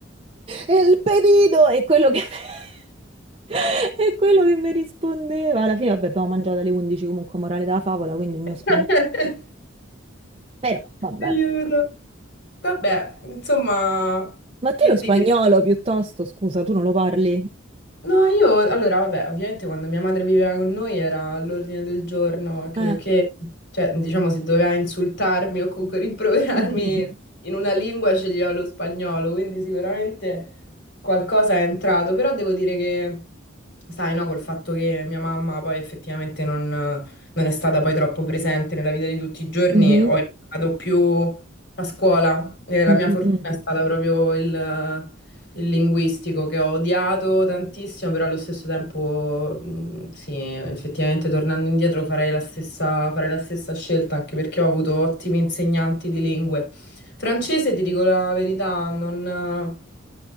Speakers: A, on the right; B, on the left.
A: E il pedito è quello che... <laughs> è quello che mi rispondeva. Alla fine, vabbè, abbiamo mangiato alle 11, comunque morale della favola, quindi il mio
B: <laughs>
A: spagnolo. Però, vabbè.
B: Aiuto. Vabbè, insomma,
A: Ma te
B: che
A: lo spagnolo
B: dire?
A: piuttosto, scusa, tu non lo parli?
B: No, io allora, vabbè, ovviamente quando mia madre viveva con noi era all'ordine del giorno, anche
A: Eh.
B: perché, cioè, diciamo, se doveva insultarmi o comunque rimproverarmi
A: <laughs>
B: in una lingua sceglieva lo spagnolo, quindi sicuramente qualcosa è entrato, però devo dire che, sai, no, col fatto che mia mamma poi effettivamente non, non è stata poi troppo presente nella vita di tutti i giorni,
A: Mhm.
B: ho imparato più a scuola, e la
A: Mm,
B: mia
A: mm,
B: fortuna
A: mm.
B: è stata proprio il il linguistico che ho odiato tantissimo, però allo stesso tempo, mh, sì, effettivamente tornando indietro farei la stessa, farei la stessa scelta, anche perché ho avuto ottimi insegnanti di lingue. Francese, ti dico la verità, non,